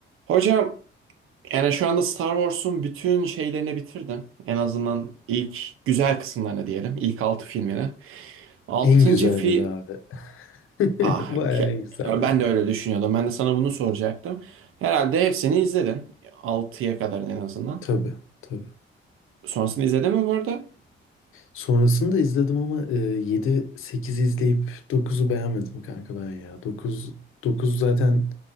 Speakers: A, on the right; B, on the left.
A: Hocam yani şu anda Star Wars'un bütün şeylerini bitirdim. En azından ilk güzel kısımlarını diyelim. İlk 6 filmini. 6.
B: En güzelleri
A: film...
B: abi. <laughs>
A: Ah
B: Bayağı
A: ke-
B: en güzelleri.
A: ben de öyle düşünüyordum. Ben de sana bunu soracaktım. Herhalde hepsini izledin. altıya kadar en azından.
B: Tabii tabii.
A: Sonrasını izledin mi bu arada?
B: Sonrasında izledim ama e, 7-8'i izleyip dokuzu beğenmedim kanka ben ya. Dokuz 9 zaten